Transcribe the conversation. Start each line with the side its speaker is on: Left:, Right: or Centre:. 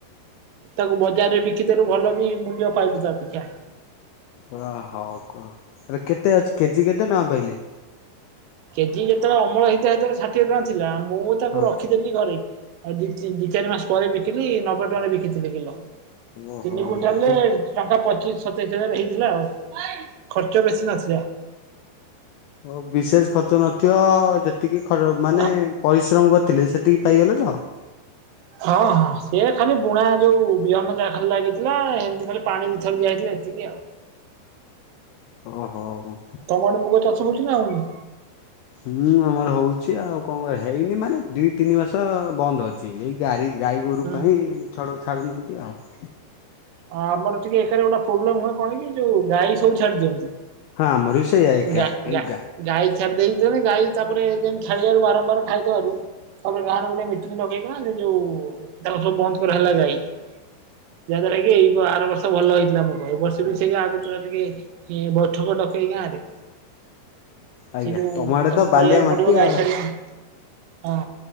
Right: ତାକୁ ବଜାରରେ ବିକିଦେଲୁ ଭଲ ବି ମୂଲ୍ୟ ପାଇଲୁ ତା ପିଛା।
Left: ଓ ହଉ କୁହ କେତେ ଅଛି କେଜି କେତେ ଟଙ୍କା ପାଇଲେ।
Right: କେଜି ଯେତେବେଳେ ଅମଳ ହେଇଥିଲା ସେତେଲେ ଷାଠିଏ ଟଙ୍କ ଥିଲା ମୁଁ ତାକୁ
Left: ହଁ
Right: ରଖି ଦେ ଘରେ ଆଉ ଦ ଦି ଚାରି ମାସ ପରେ ବିକିଲି ନବେ ଟଙ୍କାରେ ବିକିଥିଲେ କିଲୋ।
Left: ଓହୋ
Right: ତିନି କୁଇଣ୍ଟାଲରେ
Left: ନବେ
Right: ଟଙ୍କା ପଚିଶ ସତେଇଶ ହଜାର ହେଇଥିଲା ଆଉ। ଖର୍ଚ୍ଚ ବେଶୀ ନଥିଲା।
Left: ହୋ ବିଶେଷ ଖର୍ଚ୍ଚ ନଥିବ ଯେତିକି ଖ ମାନେ।
Right: ହଁ
Left: ପରିଶ୍ରମ କରିଥିଲେ ସେତିକି ପାଇଗଲେ ତ।
Right: ହଁ ହଁ ସିଏ ଖାଲି ବୁଣା ଯୋଉ ବିହନ ଜା ଖାଲି ଲାଗିଥିଲା ଏମିତି ଖାଲି ପାଣି ଦିଇଥର ଯାଇଥିଲା ଏତିକି ଆଉ।
Left: ଓହୋ।
Right: ତମଆଡ଼େ ମୁଗ ଚାଷ ହଉଛି ନା ଆଉନି।
Left: ହୁଁ ଆମର ହଉଛି ଆଉ କଣ କର ହେଇନି ମାନେ ଦୁଇ ତିନି ମାସ ବନ୍ଦ ଅଛି। ଛି ଏଇ ଗାଈ ଗାଈ ଗୋରୁ
Right: ହୁଁ
Left: ପାଇଁ ଛଡ଼ ଛାଡ଼ୁନାହାନ୍ତି ଆଉ।
Right: ଆ ଆମର ଟିକେ ଏକାରେ ଗୋଟେ ପ୍ରୋବ୍ଲେମ ହୁଏ କଣ କି ଯୋ ଗାଈ ସବୁ ଛାଡି ଦିଅନ୍ତି।
Left: ହଁ ଆମର ବି ସେଇ ଆ ଏକା
Right: ଗା ଗା
Left: ଆଁଗା।
Right: ଗାଈ ଛାଡି ଦେଇ ଯିବେ ଗାଈ ତାପରେ ଯେମିତି ଛାଡିବାରୁ ବାରମ୍ବାର ଖାଇଦବାରୁ ତାପରେ ଗାଁରେ ଗୋଟେ ମିଟିଂ ଡକେଇକିନା ଯେ ଯୋଉ ତାଙ୍କୁ ସବୁ ବନ୍ଦ କରା ହେଲା ଗାଈ। ଯାହାଦ୍ଵାରା କି ଆର ବର୍ଷ ଭଲ ହେଇଥିଲା ଭୋଗ ଏ ବର୍ଷ
Left: ଆଜ୍ଞା
Right: ବି ସେୟା ଆଗ ତା ଟିକେ ବୈଠକ ଡକେଇ ଗାଁ ରେ
Left: ଆଜ୍ଞା
Right: ସେ ଯୋଉ
Left: ତମ ଆଡେ
Right: ତାଙ୍କୁ
Left: ତ ବାଲିଆ
Right: କହିବାକୁ
Left: ମାଟି
Right: ପଡିବ ଗାଈ
Left: ଆଉ।
Right: ଛାଡିବ ହଁ।